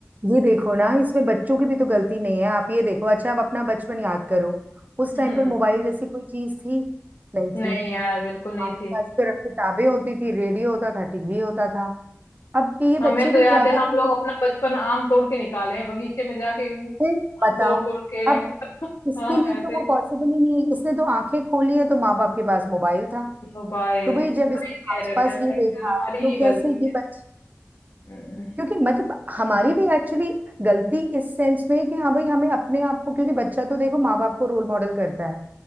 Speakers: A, on the right; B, on the left.
A: ये देखो ना इसमें बच्चों की भी तो गलती नहीं है आप ये देखो अच्छा आप अपना बचपन याद करो उस टाइम
B: हम्म
A: पर मोबाइल जैसी कोई चीज थी नहीं थी
B: नहीं यार बिल्कुल
A: हमारे
B: नहीं थी
A: पास सिर्फ किताबें होती थी रेडियो होता था टीवी होता था अब ये
B: हमें
A: बच्चे
B: तो
A: भी
B: याद
A: क्या
B: है
A: करें
B: हम लोग
A: हम-
B: अपना बचपन आम तोड़ के निकाले हैं बगीचे में जाके यूं
A: फिर
B: आम
A: बताओ
B: तोड़ तोड़ के
A: अब
B: <laughs>
A: इसके
B: हाँ
A: लिए
B: ऐसे
A: तो वो पॉसिबल ही नहीं है इसने तो आंखें खोली है तो माँ बाप के पास मोबाइल था
B: मोबाइल
A: तो भाई जब
B: सही
A: इसने
B: कह
A: आसपास
B: रहे हो यार
A: ये
B: एक्चुअल
A: देखा
B: हमारी
A: तो
B: ही गलती
A: कैसे ये
B: है
A: बच
B: हम्म
A: क्योंकि मतलब हमारी भी एक्चुअली गलती इस सेंस में है कि हाँ भाई हमें अपने आप को क्योंकि बच्चा तो देखो माँ बाप को रोल मॉडल करता है